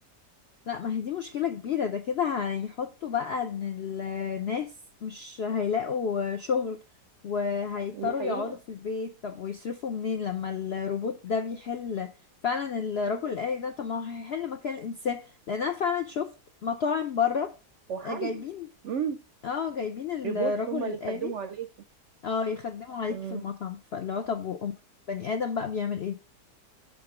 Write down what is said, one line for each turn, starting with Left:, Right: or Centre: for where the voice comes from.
Left: لا ما هي دي مشكلة كبيرة ده كده هيحطوا بقى ان الناس مش هيلاقوا شغل وهيضطروا
Right: دي حقيقه
Left: يقعدوا في البيت طب ويصرفوا منين لما الروبوت ده بيحل فعلا الرجل الآلي ده طب ما هو هيحل مكان الإنسان لأن أنا فعلا شفت مطاعم بره
Right: وحل
Left: جايبين
Right: امم
Left: اه جايبين
Right: روبوت
Left: الرجل
Right: هم
Left: الآلي
Right: اللي خدموا عليكي
Left: اه يخدموا عليك
Right: امم
Left: في المطعم فاللي هو طب وأم بني آدم بقى بيعمل ايه؟